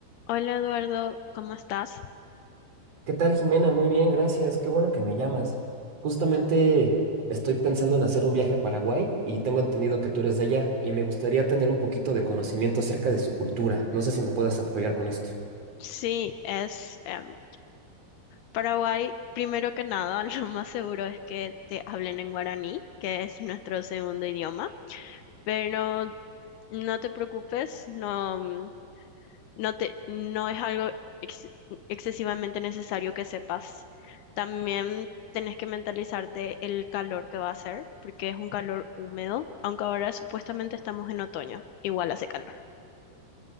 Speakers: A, on the left; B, on the right.
A: Hola Eduardo, ¿cómo estás?
B: ¿Qué tal, Jimena? Muy bien, gracias. Qué bueno que me llamas. Justamente estoy pensando en hacer un viaje a Paraguay y tengo entendido que tú eres de allá y me gustaría tener un poquito de conocimiento acerca de su cultura. No sé si me puedas apoyar con esto.
A: Sí, es em, Paraguay. Primero que nada, <laughs> lo más seguro es que te hablen en guaraní, que es nuestro segundo idioma, pero no te preocupes, no, mm, no te, no es algo ex- excesivamente necesario que sepas. También tenés que mentalizarte el calor que va a hacer, porque es un calor húmedo, aunque ahora supuestamente estamos en otoño, igual hace calor.